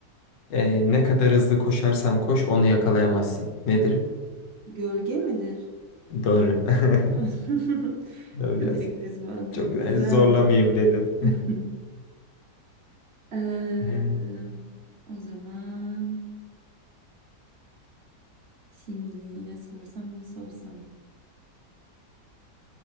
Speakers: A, on the left; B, on the right.
A: e, ne kadar hızlı koşarsan koş onu yakalayamazsın. Nedir?
B: Gölge midir?
A: Doğru. <laughs>
B: <laughs>
A: Doğru
B: Bu da
A: biraz.
B: direkt düz mantıklı.
A: Çok
B: Güzeldi.
A: e, zorlamayayım dedim.
B: <laughs> Eee,
A: Ee,
B: o zaman şimdi ne sorsam ne sorsam.